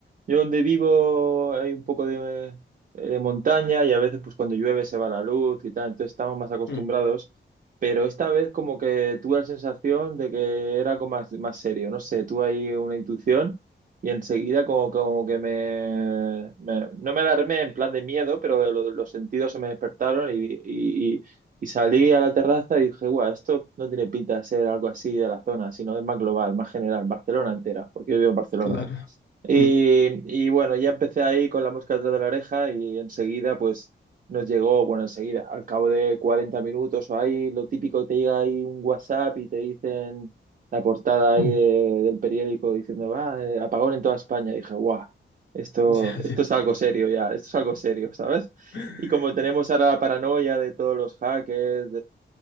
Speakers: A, on the right; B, on the left.
A: yo donde vivo hay un poco de, eh, de montaña y a veces pues cuando llueve se va la luz y tal, entonces estamos más acostumbrados,
B: Mm,
A: pero esta vez como que tuve la sensación de que era algo más, más serio, no sé, tuve ahí una intuición y enseguida como, como que me, me- no me alarmé en plan de miedo, pero lo- los sentidos se me despertaron y, y, y salí a la terraza y dije, guau, esto no tiene pinta de ser algo así de la zona, sino es más global, más general, Barcelona entera, porque yo vivo en Barcelona.
B: claro.
A: Y,
B: Mm,
A: y bueno, ya empecé ahí con la mosca detrás de la oreja y enseguida pues nos llegó, bueno, enseguida, al cabo de 40 minutos o ahí, lo típico, te llega ahí un WhatsApp y te dicen la portada ahí
B: mm.
A: de- del periódico diciendo, ah, eh, apagón en toda España. Y dije, guau, esto,
B: Ya,
A: esto
B: ya.
A: es algo serio ya, esto es algo serio, ¿sabes?
B: <laughs>
A: Y como tenemos ahora la paranoia de todos los hackers,